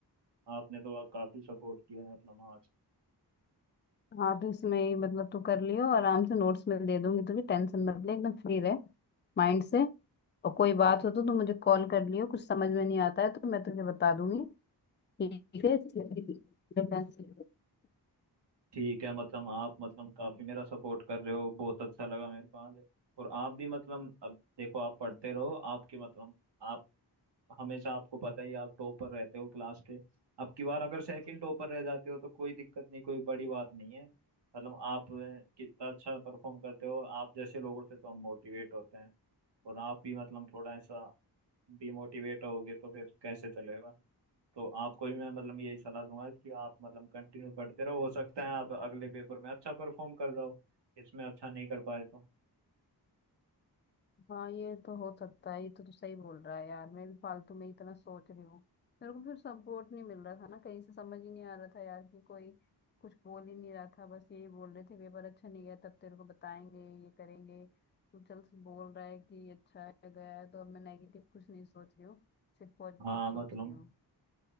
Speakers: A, on the right; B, on the left.
A: आपने तो काफी सपोर्ट किया है मतलब आज
B: हाँ तो इसमें ही मतलब तू कर लियो आराम से नोट्स में दे दूंगी तुझे टेंशन मत ले एकदम फ्री रह माइंड से और कोई बात हो तो तू मुझे कॉल कर लियो कुछ समझ में नहीं आता है तो मैं तुझे बता दूंगी ठीक है
A: ठीक है मतलब आप मतलब काफी मेरा सपोर्ट कर रहे हो बहुत अच्छा लगा मेरे को आज और आप भी मतलब अब देखो आप पढ़ते रहो आपकी मतलब आप हमेशा आपको पता ही है, आप टॉपर रहते हो क्लास के अब की बार अगर सेकंड टॉपर रह जाते हो तो कोई दिक्कत नहीं कोई बड़ी बात नहीं है मतलब आप अ, कितना अच्छा परफॉर्म करते हो आप जैसे लोगों से तो हम मोटिवेट होते हैं और आप भी मतलब थोड़ा ऐसा डिमोटिवेट होगे तो फिर कैसे चलेगा तो आपको भी मैं मतलब यही सलाह दूंगा कि आप मतलब कंटिन्यू पढ़ते रहो हो सकता है आप अगले पेपर में अच्छा परफॉर्म कर जाओ इसमें अच्छा नहीं कर पाए तो
B: हाँ ये तो हो सकता है ये तो तू सही बोल रहा है यार मैं भी फालतू में इतना सोच रही हूँ मेरे को फिर सपोर्ट नहीं मिल रहा था ना कहीं से समझ ही नहीं आ रहा था यार कि कोई कुछ बोल ही नहीं रहा था बस यही बोल रहे थे पेपर अच्छा नहीं गया तब तेरे को बताएंगे ये करेंगे तू चल बोल रहा है कि अच्छा है, गया है तो अब मैं नेगेटिव कुछ नहीं सोच रही हूँ सिर्फ पॉजिटिव
A: हाँ
B: सोच
A: मतलब
B: रही हूँ